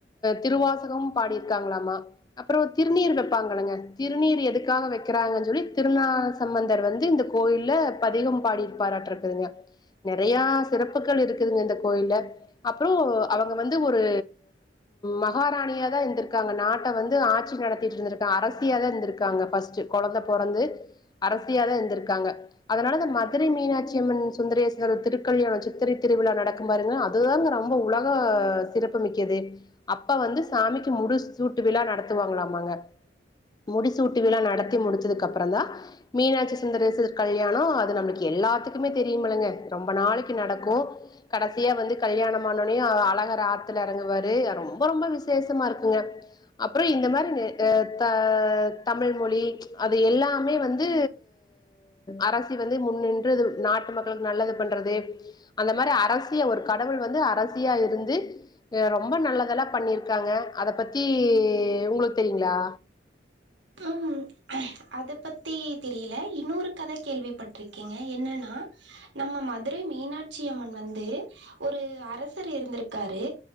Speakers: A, on the left; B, on the right.
A: திருவாசகமு பாடியிருக்காங்களாமா அப்புறொ திருநீரு வெப்பாங்கங்கல்லங்க திருநீர் எதுக்காக வெக்கிறாங்கன் சொல்லி திருநா சம்பந்தர் வந்து இந்த கோயில்ல பதிகம் பாடிருப்பாராட்ருக்குதுங்க நெறையா சிறப்புகள் இருக்குதுங்க இந்த கோயில்ல அப்புறொ அவங்க வந்து ஒரு மகாராணியாதா இருந்திருக்காங்க நாட்ட வந்து ஆட்சி நடத்திட்ருந்திருக்காங்க அரசியாதா இருந்திருக்காங்க ஃபஸ்ட்டு கொழந்த பொறந்து அரசியாதா இருந்திருக்காங்க அதனால இந்த மதுரை மீனாட்சி அம்மன் சுந்தரேஸ்வரர் திருக்கல்யா சித்திரை திருவிழா நடக்கும் பாருங்கா அதுதாங்க ரொம்ப உலக சிறப்புமிக்கது அப்ப வந்து சாமிக்கு முடு சூட்டு விழா நடத்துவாங்களாமாங்க முடிசூட்டு விழா நடத்தி முடிச்சது க்கப்புறந்தா மீனாட்சி சுந்தரேசர் க ல்யாணொ அது நம்மளுக்கு எல்லாத்துக்குமே தெரியுமில்லங்க ரொம்ப நாளைக்கு நடக்கு கடைசியா வந்து கல்யாணமானோனே அழகராத்துல இறங்குவாரு அது ரொம்ப ரொம்ப விசேஷமா இருக்குங்க அப்புறொ இந்த மாரி த தமிழ்மொழி அது எல்லாமே வந்து அரசி வந்து முன்னின்று நாட்டு மக்களுக்கு நல்லது பண்றது அந்த மாரி அரசிய ஒரு கடவுள் வந்து அரசியா இருந்து ரொம்ப நல்லதெல்லா பண்ணியிருக்காங்க அத பத்தி உங்களுக்கு தெரியுங்களா
B: ஹம் அத பத்தி தெரில இன்னொரு கத கேள்விப்பட்டிருக்கீங்க என்னன்னா நம்ம மதுரை மீனாட்சி அம்மன் வந்து ஒரு அரசர் இருந்திருக்காரு